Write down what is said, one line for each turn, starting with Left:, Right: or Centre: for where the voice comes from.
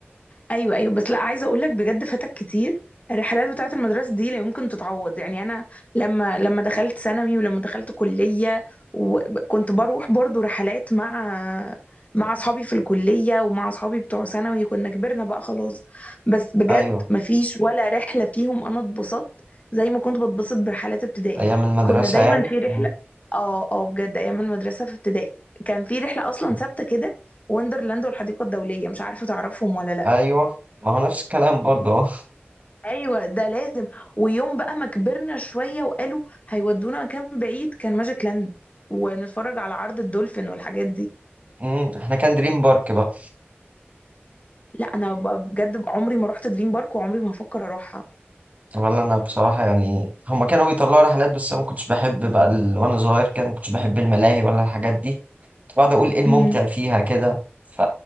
Left: ايوه ايوه بس لا عايزه اقول لك بجد فاتك كتير الرحلات بتاعه المدرسه دي لا يمكن تتعوض يعني انا لما لما دخلت ثانوي ولما دخلت كليه وكنت بروح برضو رحلات مع مع اصحابي في الكليه ومع اصحابي بتوع ثانوي كنا كبرنا بقى خلاص بس بجد
Right: ايوه
Left: مفيش ولا رحله فيهم انا اتبسطت زي ما كنت بتبسط برحلات ابتدائي
Right: ايام المدرسة
Left: كنا دايما
Right: يعني
Left: في رحله
Right: م-
Left: اه اه بجد ايام المدرسه في ابتدائي كان في رحله اصلا
Right: م-
Left: ثابته كده وندرلاند والحديقه الدوليه مش عارفه تعرفهم ولا لا.
Right: ايوه ما هو نفس الكلام برضه <laughs> اه
Left: ايوه ده لازم ويوم بقى ما كبرنا شويه وقالوا هيودونا مكان بعيد كان ماجيك لاند ونتفرج على عرض الدولفين والحاجات دي
Right: م، احنا كان دريم بارك بقى
Left: لا انا ب- بجد عمري ما رحت دريم بارك وعمري ما هفكر اروحها
Right: ولا انا بصراحة يعني هما كانوا بيطلعوا رحلات بس انا ما كنتش بحب بقى ال... وانا صغير كان ما كنتش بحب الملاهي ولا الحاجات دي كنت بقعد اقول ايه الممتع
Left: امم
Right: فيها كده ف